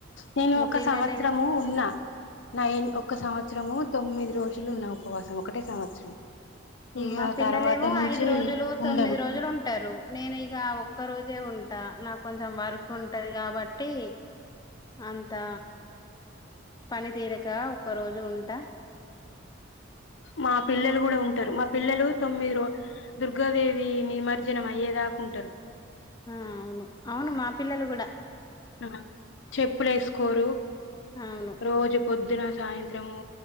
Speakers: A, on the left; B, on the left.
A: నేను
B: మా
A: ఒక
B: పిల్లలే
A: సంవత్సరము ఉన్నా నైన్ ఒక సంవత్సరం సంవత్సరము తొమ్మిది రోజులు ఉన్న ఉపవాసం ఒకటే సంవత్సరం ఇక
B: మా పిల్లలేమో
A: తర్వాత నుంచి
B: ఐదు రోజులు తొమ్మిది
A: ఉండను
B: రోజులు ఉంటారు నేను ఇగ ఒక్క రోజే ఉంటా నాకు కొంచెం వర్క్ ఉంటది కాబట్టి ట్టి అంతా పనితీరక ఒకరోజు ఉంట
A: మా పిల్లలు కూడా ఉంటారు మా పిల్లలు తొమ్మిది రో దుర్గాదేవిని మరి జనం అయ్యేదాకుంటరు
B: ఆ అవును అవును మా పిల్లలు కూడా
A: ఆ చెప్పులు వేసుకోరు
B: అవును
A: రోజు పొద్దున సాయంత్రము